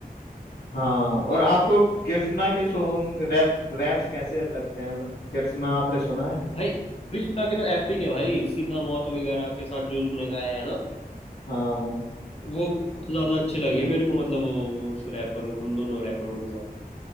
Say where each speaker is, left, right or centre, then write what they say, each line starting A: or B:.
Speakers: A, on the left; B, on the left.
A: हाँ और आपको कृष्णा के सॉन्ग रैप रैप्स कैसे लगते हैं मतलब कृष्णा आपने सुना है
B: भाई कृष्णा के तो एपिक है भाई सीधा मौत वगैरह के साथ जो उसने गाया है ना
A: हाँ
B: वो बहुत ज्यादा अच्छे लगे मेरे को मतलब वो उस रैपर उन दोनों रैपरों के सॉन्ग